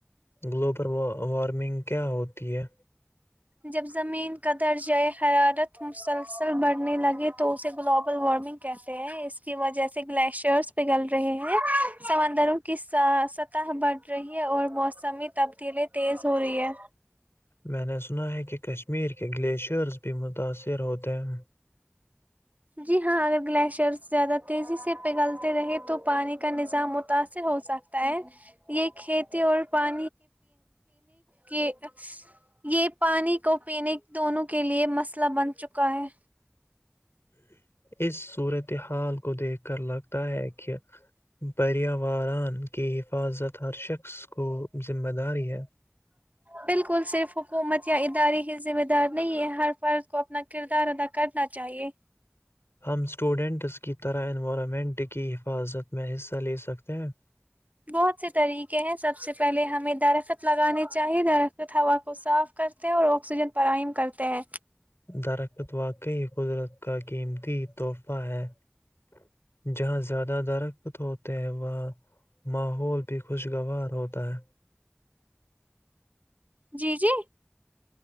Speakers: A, on the left; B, on the right.
A: گلوبل وارم وارمنگ کیا ہوتی ہے
B: جب زمین کا درج ہے حرارت مسلسل بڑھنے لگے تو اسے گلوبل وارمنگ کہتے ہیں اس کی وجہ سے گلیشیئرس پگھل رہے ہیں ہیں سمندروں ک س سطح بڑھ رہی ہے اور موسمی تبدیل تیز ہو رہی ہے
A: میں نے سنا ہے کہ کشمیر کے گلیشیئرز بھی متاثر ہوتے ہیں
B: جی ہاں اگر گلیشیئر زیادہ تیزی سے پگھلتے رہے تو پانی کا نظام متاثر ہو سکتا ہے یہ کھیتی اور پ کے یہ پانی کو پینے دونوں کے لیئے مسئلہ بن چکا ہے
A: اس صورتحال کو دیکھ کر لگتا ہے کہ پرییاوران کی حفاظت ہر شخص کو ذمہ داری ہے
B: بالکل صرف حکومت یا ادارے کی ذمہ دار نہیں ہے ہر کو اپنا کردار ادا کر نا چاہیے
A: ہم اسٹوڈینٹس کی طرح انوائرمنٹ کی حفاظت میں حصہ لے سکتے ہیں
B: بہت سے طریقے ہیں سب سے پہلے ہمیں درخت لگانے چاہے نا ہوا کو صاف کرتے ہیں اور آکسیجن فراہم کرتے ہیں
A: درخت واقعی قدرت کا قیمتی تحفہ ہے جہاں زیادہ درخت تو ہوتے ہیں وہ ماحول بھی خوشگوار ہوتا ہے
B: جی جی